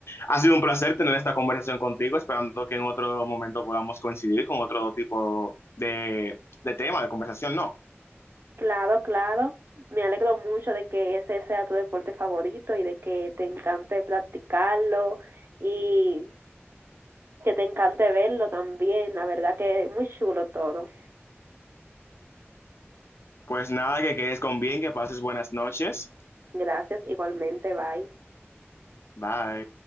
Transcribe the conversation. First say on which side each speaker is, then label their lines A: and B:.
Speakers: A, on the left; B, on the right.
A: ha sido un placer tener esta conversación contigo, esperando que en otro momento podamos coincidir con otro tipo de, de tema, de conversación, no.
B: Claro, claro. Me alegro mucho de que ese sea tu deporte favorito y de que te encante practicarlo y que te encante verlo también. La verdad que muy chulo todo.
A: Pues nada, que quedes con bien, que pases buenas noches.
B: Gracias, igualmente, bye.
A: Bye.